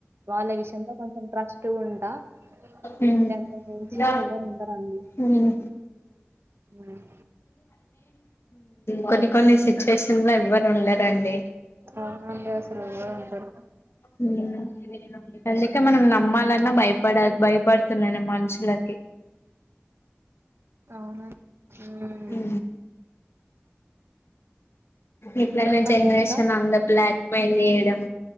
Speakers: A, on the right; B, on the left.
A: వాళ్ళ విషయంలో కొంచెం ట్రస్ ఉంటా
B: ఊ ఊ
A: అంతే అంతకు మించి
B: ఊ
A: ఎవ్వరు ఉండరండి
B: ఊ
A: ఉమ్.
B: కొన్ని కొన్ని సిచ్యువేషన్ లో ఎవ్వరు ఉండరండి
A: అవునండీ అసలు ఎలా ఉంటారు
B: హ్మ్ అందుకే మనం నమ్మాలన్నా భయప్ భయపడుతున్నాను మనుషులకి
A: అవునా మ్మ్
B: ఊ ఇట్లనే
A: చెప్పండి
B: జెనరేషన్
A: ఇంకా
B: అన్ద బ్లాక్ పోయింది యం